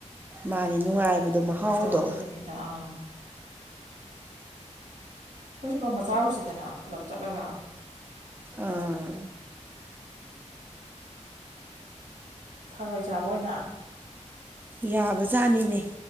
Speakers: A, on the right (about 15°); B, on the right (about 85°).
A: ꯃꯥꯅꯦ ꯅꯨꯡꯉꯥꯏꯕꯗꯣ ꯃꯍꯥꯎꯗꯣ
B: ꯠꯇꯣ ꯑꯗꯨꯒꯤꯅꯤꯗ ꯑꯥ ꯑꯩꯈꯣꯏꯁꯨ ꯅꯣꯡꯃ ꯆꯥꯔꯨꯁꯤꯗꯅ ꯄꯨꯂꯞ ꯆꯠꯂꯒ
A: ꯑꯥ
B: ꯊꯔꯣꯏ ꯆꯥꯕ ꯑꯣꯏꯅ
A: ꯌꯥꯕꯖꯥꯠꯅꯤꯅꯦ